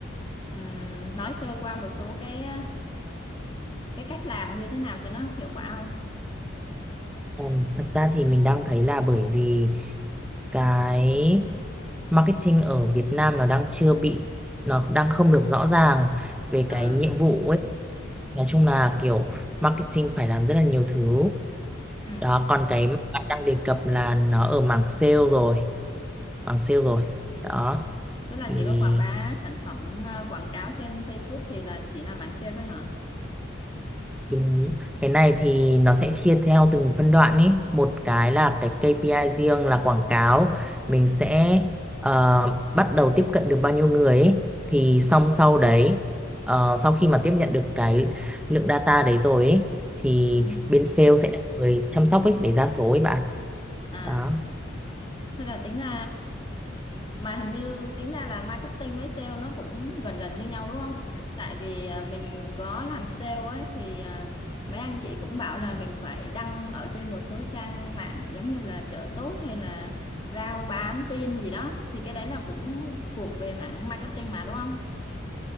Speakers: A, on the left; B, in the centre.
A: ừm, nói sơ qua một số cái cái cách làm như thế nào cho nó hiệu quả không?
B: Ờm, thật ra thì mình đang thấy là bởi vì cái marketing ở Việt Nam nó đang chưa bị nó đang không được rõ ràng về
A: À,
B: cái nhiệm vụ ấy. Nói chung là kiểu marketing phải làm rất là nhiều thứ.
A: ừ.
B: Đó, còn cái mà bạn đang đề cập là nó ở mảng sale rồi, mảng sale rồi. Đó
A: Tức là
B: thì
A: chỉ có quảng bá sản phẩm ờ, quảng cáo trên Facebook thì là chỉ là mảng sale thôi hả?
B: Đúng. Cái này thì nó sẽ chia theo từng phân đoạn ý. Một cái là cái KPI riêng là quảng cáo. Mình sẽ ờ, bắt đầu tiếp cận được bao nhiêu người ý. Thì xong sau đấy, ờ, sau khi mà tiếp nhận được cái lượng data đấy rồi ý, thì
A: Ừ.
B: bên sale sẽ là người chăm sóc ấy để ra số ấy bạn.
A: À,
B: Đó.
A: thế là tính ra mà hình như tính ra là marketing với sale nó cũng gần gần như nhau đúng không? Tại vì à, mình có làm sale ấy thì à, mấy anh chị cũng bảo là mình phải đăng ở trên một số trang mạng giống như là chợ tốt hay là rao bán tin gì đó thì cái đấy là cũng thuộc về mảng marketing mà đúng không?